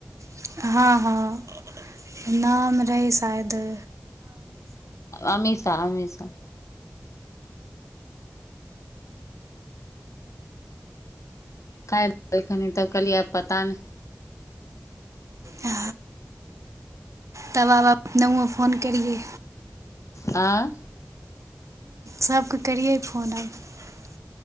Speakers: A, on the right; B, on the left.
A: <unintelligible> शायदी
B: अमषा अमीषा ख रहलखनी तब कहलिय आब पता नहि
A: ह तब व फोन कियै
B: आँ
A: सभकेँ करियै फोन आब